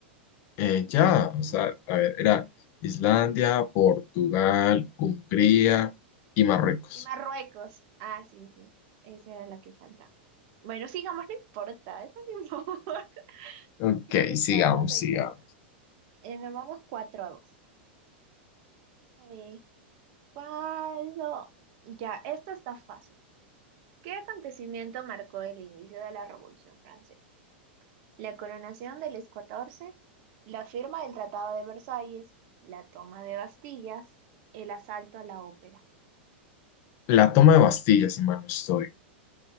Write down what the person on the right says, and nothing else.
Y Marruecos. Ah, sí, sí, esa era la que faltaba. Bueno, sigamos, no importa, eso no importa. <laughs>
Nos distraemos
de
casa. Eh, nos vamos 4 a 2. A ver, ¿cuál no? Ya, esto está fácil. ¿Qué acontecimiento marcó el inicio de la Revolución Francesa? La coronación de Luis XIV, la firma del Tratado de Versalles, la toma de Bastillas, el asalto a la ópera.